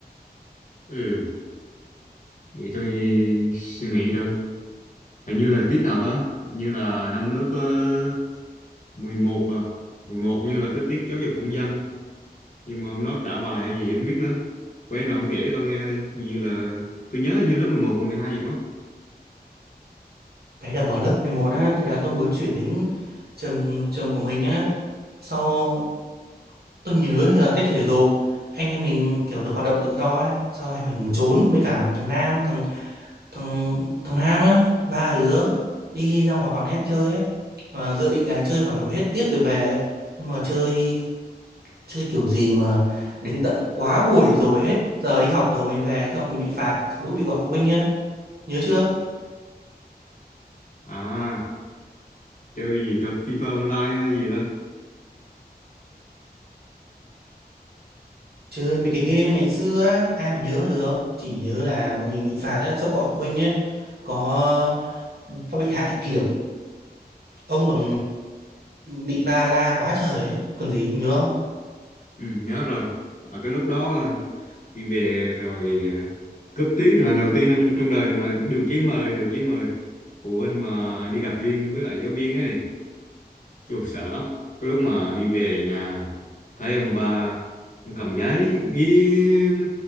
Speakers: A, on the left; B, on the right.
A: ừ thì tôi nghĩ- suy nghĩ đó hình như là tiết nào đó Hình như là năm lớp uh, 11 à mười một như là tới tiết giáo dục công dân nhưng mà hôm đó trả bài hay gì em không biết nữa quen rồi ông kể cho tao nghe đi như là tôi nhớ như lớp mười một còn mười hai gì đó
B: cái đợt mà lớp 11 á cái đợt tôi mới chuyển đến trường trường của mình á sau tôi nhớ như là tiết thể dục anh em mình kiểu được hoạt động tự do ấy sau anh mình trốn với cả thằng Nam thằng thằng thằng Nam á ba đứa đi ra ngoài quán net chơi ấy và dự định là chơi khoảng độ hết tiết rồi về nhưng mà chơi chơi kiểu gì mà đến tận quá buổi rồi hết giờ đi học rồi mới về sao còn bị phạt lỗi bị gọi phụ huynh nhá. Nhớ chưa?
A: à chơi gì ta FIFA online hay gì ta
B: Chơi mấy cái game ngày xưa á, ai mà nhớ được. Chỉ nhớ là bọn mình bị phạt á, xong gọi phụ huynh nhé Có có bị hại kiểm, ông còn bị ba la quá trời đấy. Còn gì, nhớ không?
A: ừ, nhớ rồi ở cái lúc đó đi về rồi à, cúp tiết là lần đầu tiên trong trong đời mà được giấy mời được giấy mời phụ huynh mà đi gặp riêng với lại giáo viên ấy Chù, sợ lắm cái lúc mà đi về nhà thấy ông ba ông cầm giấy ông im đó.